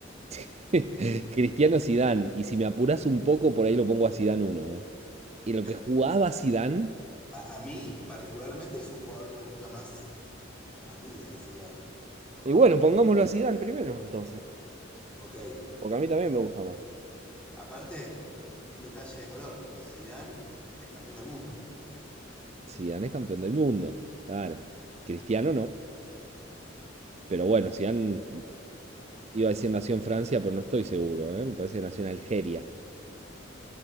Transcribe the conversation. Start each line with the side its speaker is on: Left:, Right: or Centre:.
Right: <laughs> Cristiano Zidane. Y si me apuras un poco, por ahí lo pongo a Zidane uno ¿eh? Y lo
Centre: Eh,
Right: que jugaba Zidane,
Centre: a, a mí, particularmente, es un jugador que me gusta más a mí, eh, Zidane.
Right: Y bueno, pongámoslo a Zidane primero, entonces.
Centre: Ok.
Right: Porque a mí también me gusta más.
Centre: Aparte, un detalle de color. Zidane es campeón del mundo.
Right: Zidane es campeón del mundo. Claro. Cristiano no. Pero bueno, Zidane iba a decir nació en Francia, pero no estoy seguro, ¿eh? Me parece que nació en Algeria.